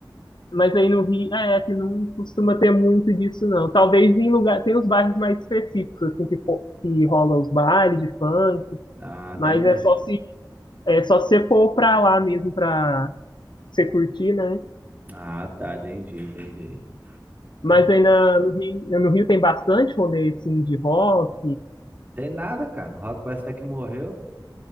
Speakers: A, on the left (about 75°); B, on the right (about 25°).
A: Mas aí no Rio, é, que não costuma ter muito disso, não. Talvez em lugar, tem os bairros mais específicos, assim, que, fo- que rola os bailes de funk,
B: Ah, até
A: mas
B: imagino.
A: é só se, é só se você for pra lá mesmo pra você curtir, né?
B: Ah, tá, entendi, entendi.
A: Mas
B: Aí,
A: aí na, no Rio, no Rio tem bastante rolê, assim, de rock,
B: tem nada, cara. O rock parece até que morreu.